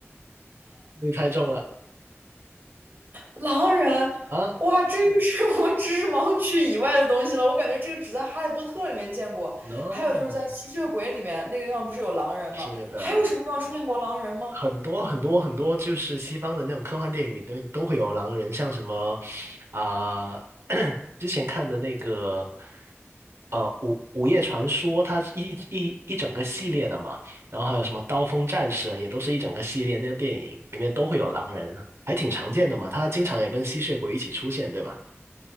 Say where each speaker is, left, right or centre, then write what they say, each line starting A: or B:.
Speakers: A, on the right (about 65°); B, on the right (about 45°).
A: 你猜中了
B: 狼人，
A: 啊
B: 哇，这个是我知识盲区以外的东西了。我感觉这个只在《哈利波特》里面见过，
A: ？No，
B: 还有就是在吸血鬼里面那个地方不是有狼人吗？
A: 是的。
B: 还有什么地方出现过狼人吗？
A: 很多很多很多，就是西方的那种科幻电影里都都会有狼人，像什么啊、<clears throat> 之前看的那个呃《午午夜传说》，它是一一一整个系列的嘛，然后还有什么《刀锋战士》啊，也都是一整个系列那个电影里面都会有狼人，还挺常见的嘛。它经常也跟吸血鬼一起出现，对吧？